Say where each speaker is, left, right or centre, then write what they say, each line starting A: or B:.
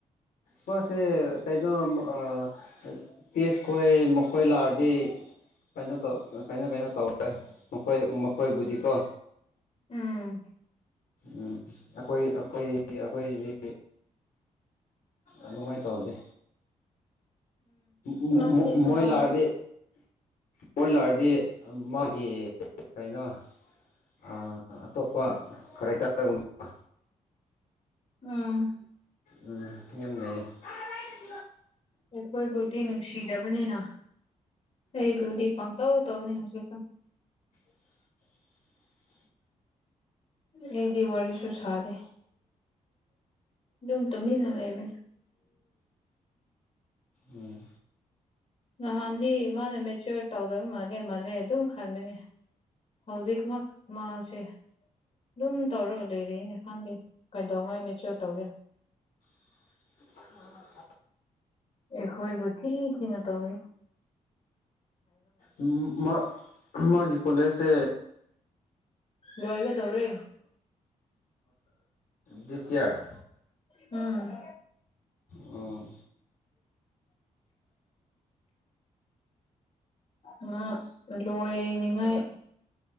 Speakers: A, on the left; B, on the left.
A: ꯃꯥꯁꯦ ꯀꯩꯅꯣ ꯃ ꯑꯥ ꯑꯗ ꯄꯤꯁ ꯈꯣꯏ ꯃꯈꯣꯏ ꯂꯥꯛꯑꯗꯤ ꯀꯩꯅꯣ ꯇꯧ ꯑꯥ ꯀꯩꯅꯣ ꯀꯩꯅꯣ ꯇꯧꯔꯦ ꯃꯈꯣꯏ ꯃꯈꯣꯏꯕꯨꯗꯤꯀꯣ
B: ꯎꯝ
A: ꯎꯝ ꯑꯈꯣꯏ ꯑꯈꯣꯏ ꯑꯩꯈꯣꯏꯗꯤ ꯑꯗꯨꯃꯥꯏꯅ ꯇꯧꯗꯦ ꯎꯝ
B: ꯃꯥꯁꯦ
A: ꯃꯣꯏ
B: ꯇꯣꯉꯥꯟꯕꯅꯤ
A: ꯃꯣꯏ ꯂꯥꯛꯑꯗꯤ ꯃꯣꯏ ꯂꯥꯛꯑꯗꯤ ꯑꯝ ꯃꯥꯒꯤ ꯀꯩꯅꯣ ꯑꯥ ꯑꯇꯣꯞꯄ ꯀꯔꯥꯏꯇꯔꯒꯨꯝꯃ
B: ꯎꯝ
A: ꯎꯝ ꯑꯦꯝ ꯂꯩꯌꯦ
B: ꯑꯩꯈꯣꯏꯕꯨꯗꯤ ꯅꯨꯡꯁꯤꯗꯕꯅꯤꯅ ꯑꯩꯕꯨꯗꯤ ꯄꯪꯇꯧ ꯇꯧꯕꯅꯤ ꯍꯧꯖꯤꯛꯀꯥꯟ
A: <inaudible>
B: ꯑꯩꯗꯤ ꯋꯥꯔꯤꯁꯨꯨ ꯁꯥꯗꯦ ꯑꯗꯨꯝ ꯇꯨꯃꯤꯟꯅ ꯂꯩꯕꯅꯤ
A: ꯎꯝ
B: ꯅꯍꯥꯟꯗꯤ ꯃꯥꯅ ꯃꯦꯆꯌꯣꯔ ꯇꯧꯗꯕ ꯃꯥꯜꯂꯦ ꯃꯥꯜꯂꯦ ꯑꯗꯨꯝ ꯈꯟꯕꯅꯤ ꯍꯧꯖꯤꯛ ꯃꯛ ꯃꯥꯁꯦ ꯑꯗꯨꯝ ꯇꯧꯔꯒ ꯂꯩꯔꯦꯅꯦ ꯈꯪꯗꯦ ꯀꯩꯗꯧꯉꯥꯏ ꯃꯦꯆꯌꯣꯔ ꯇꯧꯗꯣꯏꯅꯣ
A: ꯑ
B: ꯑꯩꯈꯣꯏꯕꯨ ꯊꯤ ꯊꯤꯅ ꯇꯧꯋꯦ
A: ꯎꯝ ꯎꯝ ꯃꯥ ꯃꯥꯒꯤ ꯀꯣꯂꯦꯁ ꯁꯦ
B: ꯂꯣꯏꯒꯗꯧꯔꯦ
A: ꯗꯤꯁ ꯌꯥꯔ
B: ꯎꯝ
A: ꯎꯪ
B: ꯉꯥ ꯂꯣꯏꯅꯤꯡꯉꯥꯏ